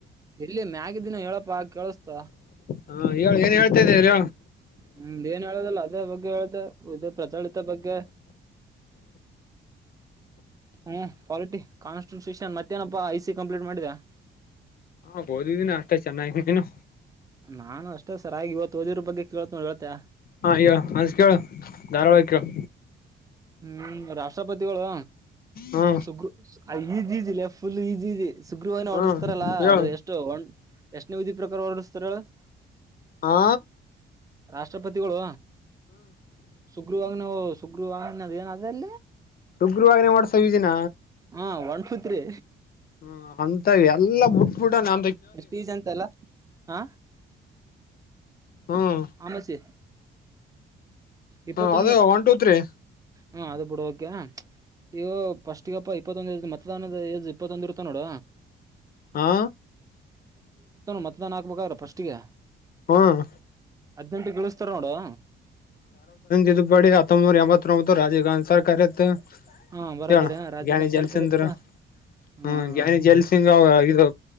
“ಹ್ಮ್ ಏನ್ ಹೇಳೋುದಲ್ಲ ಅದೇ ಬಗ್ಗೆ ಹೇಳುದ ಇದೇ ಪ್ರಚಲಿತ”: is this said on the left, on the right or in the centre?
Right